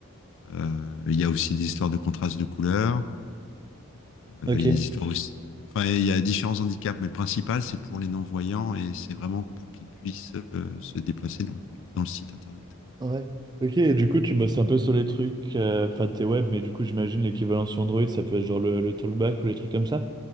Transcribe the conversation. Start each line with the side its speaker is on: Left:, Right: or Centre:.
Left: Euh, il y a aussi des histoires de contraste de couleurs, euh,
Right: Ok.
Left: il y a des histoires aussi. Enfin, il y a différents handicaps, mais le principal, c'est pour les non-voyants et c'est vraiment pour qu'ils puissent euh, se déplacer dans, dans le site internet.
Right: Ouais. Ok, et du coup, tu bosses un peu sur les trucs, euh, enfin, t'es web, mais du coup, j'imagine l'équivalent sur Android, ça peut être genre le, le talkback ou les trucs comme ça.